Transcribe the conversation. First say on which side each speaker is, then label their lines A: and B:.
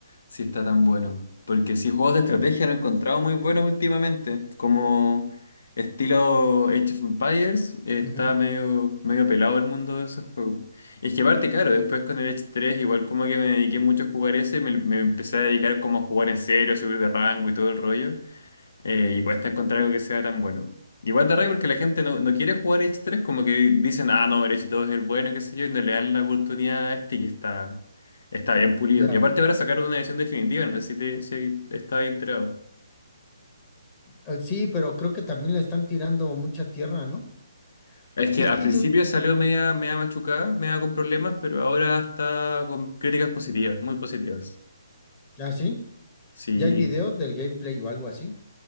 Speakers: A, on the left; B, on the left.
A: sí está tan bueno.
B: Ujú,
A: Porque sí, juegos de estrategia no he encontrado muy buenos últimamente. Como estilo Age of Empires, eh, está
B: ujú,
A: medio, medio pelado el mundo de esos juegos. Es que aparte, claro,
B: Sí,
A: después con el Age tres igual como que me dediqué mucho a jugar ese, me, me empecé a dedicar como a jugar en serio, a subir de rango y todo el rollo. Eh, y cuesta encontrar algo que sea tan bueno. Igual de rabia porque la gente no, no quiere jugar H3, como que dicen, ah, no, el H2 es el bueno, qué sé yo, y no le dan la oportunidad a este que está, está bien pulido.
B: claro.
A: Y aparte ahora sacaron una edición definitiva, no sé si te si estás enterado.
B: Eh, Sí, pero creo que también le están tirando mucha tierra, ¿no?
A: Es que
B: Es
A: al
B: que
A: principio
B: yo,
A: salió media, media machucada, media con problemas, pero ahora está con críticas positivas, muy positivas.
B: ¿ah, sí?
A: Sí,
B: ¿Ya hay videos del gameplay o algo así?